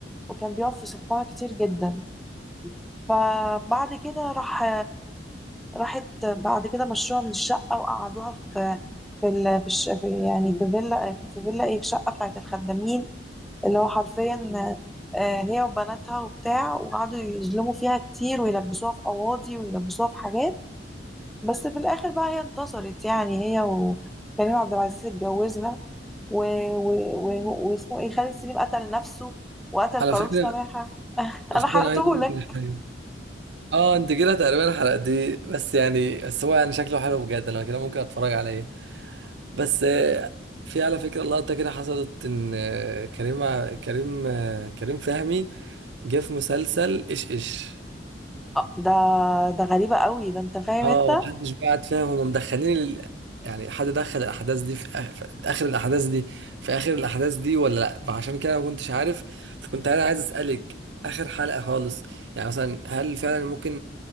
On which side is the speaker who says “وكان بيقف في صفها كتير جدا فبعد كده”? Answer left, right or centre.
Centre